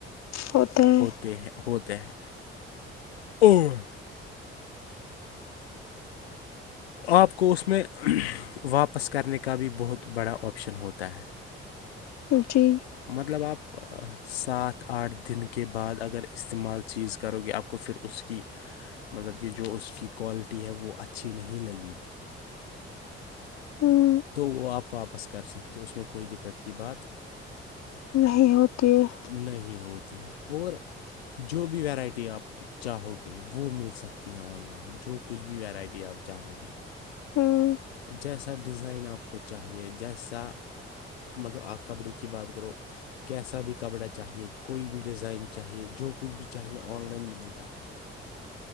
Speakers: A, on the left; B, on the left.
A: ہوتے ہیں-
B: ہیں ہوتا ہے، اور- آپ کو اس میں واپس کرنے کا بھی بہت بڑا آپشن ہوتا ہے-
A: جی
B: مطلب آپ سات آٹھ دن کے بعد اگر استعمال چیز کرو گے آپ- کو پھر اس کی مطلب کہ جو اس کی کوالٹی ہے وہ اچھی نہیں لگی-
A: ہوں
B: تو وہ آپ واپس کر سکتے ہو اس میں کوئی دقت کی بات-
A: یہ ہوتے-
B: نہیں ہوتی ہے اور جو بھی ورائٹی آپ چاہو گے وہ مل سکتی ہے آن لائن- جو کچھ بھی یرائٹی آپ چاہو گی-
A: ہوں
B: جیسا ڈیزائن آپ کو چاہیے جیسا- مطلب آپ کبڈی کی بات کرو- کیسا بھی کپڑا چاہیے کوئی بھی ڈیزائن چاہیے جو کچھ بھی چاہیے آن لائن ملے گا